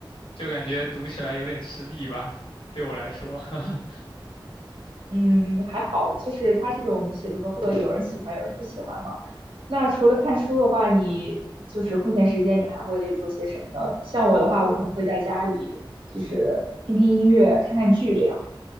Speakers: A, on the left; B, on the right.
A: 就感觉读起来有点吃力吧，对我来说。<laughs>
B: 嗯，还好，就是他这种写作不都喜欢，有人不喜欢嘛。那除了看书的话，你就是空闲时间，你还会做些什么呢？像我的话，我可能会在家里就是听听音乐、看看剧这样。